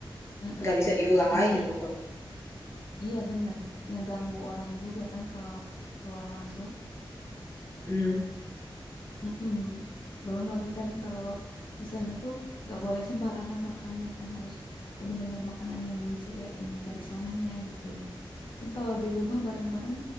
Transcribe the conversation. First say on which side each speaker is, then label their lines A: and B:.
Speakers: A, on the left; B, on the left.
A: heeh.
B: nggak bisa diulang lagi
A: Ini.
B: gitu.
A: Iya bener, ngeganggu orang juga kan kalau keluar masuk.
B: Hmm,
A: Mm-mm. Belum lagi kan kalau di sana tuh gak boleh sembarangan makannya kan harus bener-bener makanan yang disediain dari sananya gitu. Kan kalau di rumah bareng-bareng